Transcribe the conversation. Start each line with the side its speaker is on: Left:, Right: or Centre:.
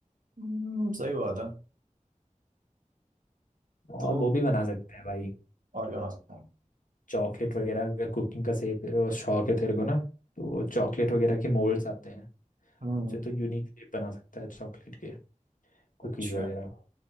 Right: हम्म सही बात है तो
Left: और वो भी बना सकते हैं भाई
Right: और क्या बना सकता हूँ
Left: चॉकलेट वगैरह अगर कुकिंग का सही पे- शौक है तेरे को ना तो चॉकलेट वगैरह के मोल्ड्स आते हैं
Right: हम्म
Left: उससे तो यूनिक शेप बना सकता है चॉकलेट के कुकीज़
Right: अच्छा
Left: वगैरह